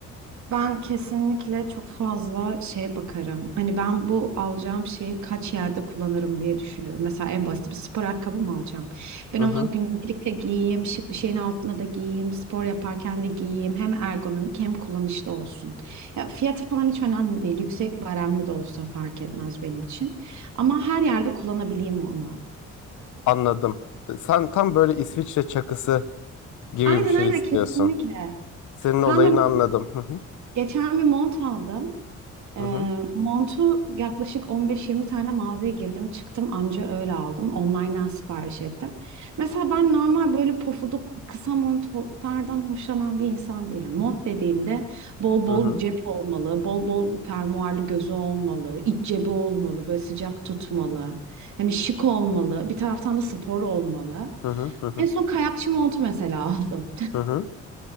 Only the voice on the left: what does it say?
hı.
hı.
Anladım. Sen tam böyle İsviçre çakısı gibi
bir şey
istiyorsun.
Senin
olayını
anladım. Hı hı.
Hı hı.
Hı hı.
Hı hı. Hı hı.
Hı hı.